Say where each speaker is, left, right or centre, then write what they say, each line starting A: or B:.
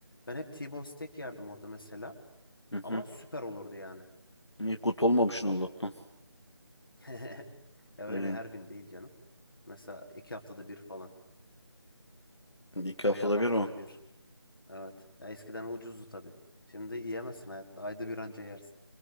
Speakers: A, on the left; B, on the left.
A: Ben hep T-bone steak yerdim orada mesela.
B: Hı
A: Ama
B: hı.
A: süper olurdu yani.
B: İyi kut olmamışsın Allah'tan.
A: <laughs> Ya öyle
B: Yani
A: her gün değil canım. Mesela iki haftada bir falan
B: iki haftada
A: veya haftada
B: bir ama.
A: bir. Evet. Ya eskiden ucuzdu tabii. Şimdi yiyemezsin hayatta. Ayda bir anca yersin.